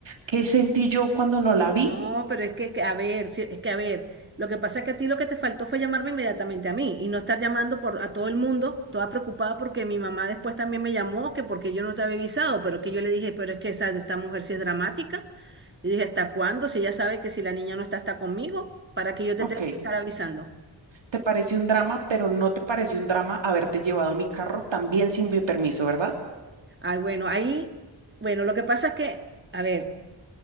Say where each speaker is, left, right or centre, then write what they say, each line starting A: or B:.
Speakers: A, on the right (about 80°); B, on the right (about 25°).
A: qué sentí yo cuando no la vi.
B: No, pero es que, que- a ver, sí, es que, a ver, lo que pasa es que a ti lo que te faltó fue llamarme inmediatamente a mí y no estar llamando por, a todo el mundo, toda preocupada porque mi mamá después también me llamó, que porque yo no te había avisado, pero es que yo le dije, pero es que esa, esta mujer sí es dramática. Yo dije, ¿hasta cuándo? Si ella sabe que si la niña no está, está conmigo, ¿para que yo te
A: Ok.
B: tenga que estar avisando?
A: Te parece un drama, pero no te parece un drama haberte llevado mi carro también sin mi permiso, ¿verdad?
B: Ay, bueno, ahí, bueno, lo que pasa es que, a ver.